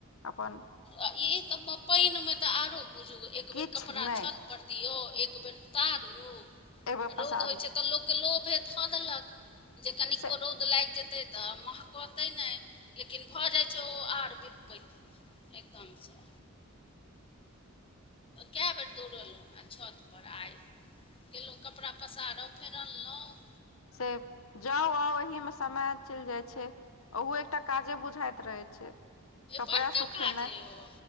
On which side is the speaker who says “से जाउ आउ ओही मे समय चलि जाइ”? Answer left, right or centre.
Left